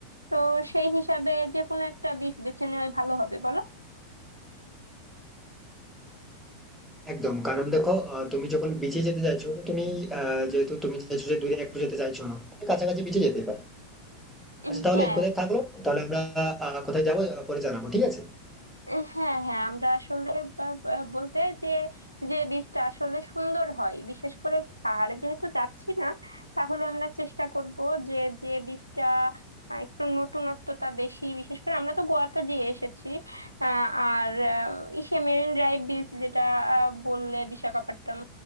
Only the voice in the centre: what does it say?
একদম কারণ দেখো আহ, তুমি যখন বিচে যেতে চাইছো তো তুমি আহ, যেহেতু তুমি চাইছো যে দূরে একটু যেতে চাইছো না তুমি কাছাকাছি বিচে যেতে পারো
আচ্ছা তাহলে
এই কথাই থাকলো তাহলে আমরা আহ, কোথায় যাবো আহ, পরে জানাবো ঠিক আছে